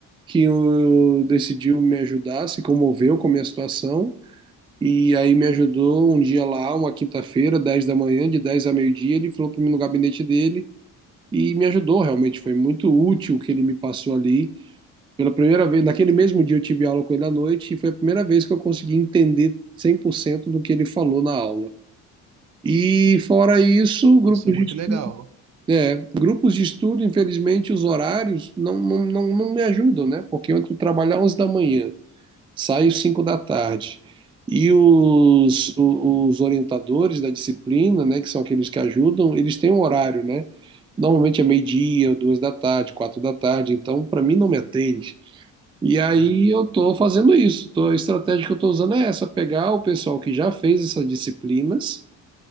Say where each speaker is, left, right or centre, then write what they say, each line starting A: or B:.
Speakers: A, on the right; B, on the right.
A: que eu- decidiu me ajudar, se comoveu com a minha situação, e aí me ajudou um dia lá, uma quinta-feira, 10 da manhã, de 10 a meio-dia, ele falou para mim no gabinete dele e me ajudou, realmente foi muito útil o que ele me passou ali Pela primeira vez, naquele mesmo dia eu tive aula com ele à noite e foi a primeira vez que eu consegui entender 100% do que ele falou na aula. E fora isso, grupos
B: nossa, é muito
A: de estudo,
B: legal.
A: é, grupos de estudo, infelizmente, os horários não, não, não, não me ajudam, né? Porque eu entro trabalhar 11 da manhã,
B: Hum,
A: saio 5 da tarde. E os, o- os orientadores da disciplina, né, que são aqueles que ajudam, eles têm um horário, né? Normalmente é meio-dia, duas da tarde, quatro da tarde, então para mim não me atende. E aí
B: ah, entendo.
A: eu estou fazendo isso. Tô- a estratégia que eu estou usando é essa: pegar o pessoal que já fez essas disciplinas,